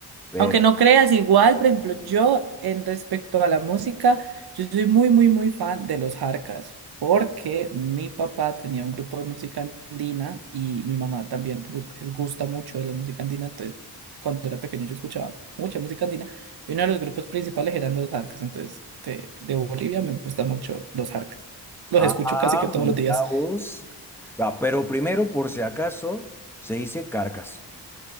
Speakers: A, in the centre; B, on the right (about 65°).
A: Pero,
B: Aunque no creas igual, por ejemplo, yo en respecto a la música, yo soy muy, muy, muy fan de los Jarcas, porque mi papá tenía un grupo de música andina y mi mamá también gus- les gusta mucho de la música andina, entonces cuando era pequeño yo escuchaba mucha música andina y uno de los grupos principales eran los Jarcas, entonces de, de Bolivia me gustan mucho los Jarcas, los
A: ah,
B: escucho casi que todos
A: mira
B: los días.
A: vos. Ah, Pero primero, por si acaso, se dice carcas.